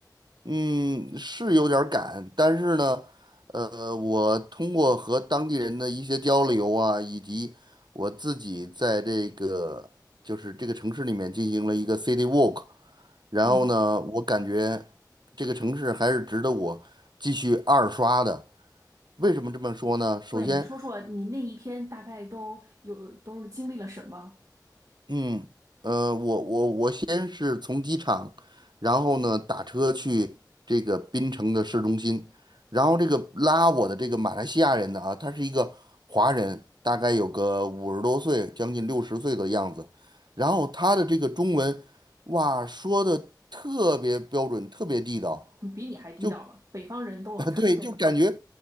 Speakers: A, on the right (about 80°); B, on the right (about 50°).
A: 嗯，是有点儿赶，但是呢，呃，我通过和当地人的一些交流啊，以及我自己在这个就是这个城市里面进行了一个 city walk。然后呢，
B: 嗯，
A: 我感觉这个城市还是值得我继续二刷的。为什么这么说呢？首先，
B: 对，你说说你那一天大概都有都是经历了什么？
A: 嗯，呃，我我我先是从机场，然后呢打车去这个槟城的市中心，然后这个拉我的这个马来西亚人呢啊，他是一个华人，大概有个五十多岁，将近六十岁的样子，然后他的这个中文，哇，说的特别标准，特别地道。
B: 嗯比你还地道了，
A: 就。
B: 北方人都要惭愧了。
A: <laughs> 对，就感觉，